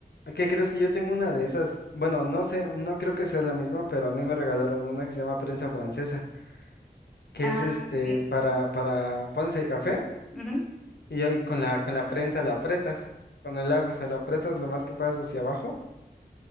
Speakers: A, on the left (about 80°); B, in the centre.
A: ¿Qué crees que yo tengo una de esas? Bueno, no sé, no creo que sea la misma, pero a mí me regalaron una que se llama prensa francesa, que
B: Ah,
A: es este
B: ok.
A: para,
B: ujú,
A: para, pones el café
B: ujú.
A: y ahí con la, con la prensa la apretas, con el agua, se la apretas lo más que puedas hacia abajo